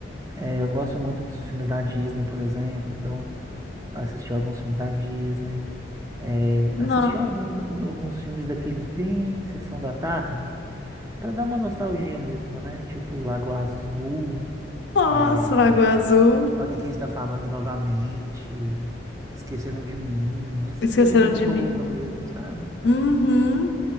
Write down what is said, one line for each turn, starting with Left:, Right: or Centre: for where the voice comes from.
Right: É, eu gosto muito dos filmes da Disney, por exemplo, então eu assisti alguns filmes da Disney, é, assisti
Left: Nossa.
Right: algum- alguns filmes daqueles bem Sessão da Tarde. Pra dar uma nostalgia mesmo, né? Tipo Lago Azul,
Left: Nossa,
Right: é,
Left: Lagoa Azul.
Right: Olha Quem Está Falando Novamente, Esqueceram de Mim, essas
Left: Esqueceram
Right: coisas bem
Left: de
Right: boba
Left: mim.
Right: mesmo, sabe?
Left: Uhum.